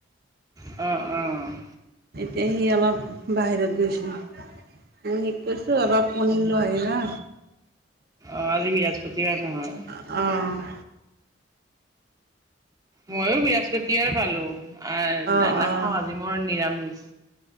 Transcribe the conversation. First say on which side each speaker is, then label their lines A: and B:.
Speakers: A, on the right; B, on the right.
A: অ', অ'।
B: এতিয়া সি অলপ বাহিৰত গৈছে। মই সিক কৈছো অলপ পনীৰ লৈ আহিবা।
A: অ', আজি বৃহস্পতিবাৰ নহয়।
B: অ'।
A: মইয়ো বৃহস্পতিবাৰ পালো, আহ,
B: অ',
A: নাখাওঁ
B: অ',
A: আজি মৰ নিৰামিষ।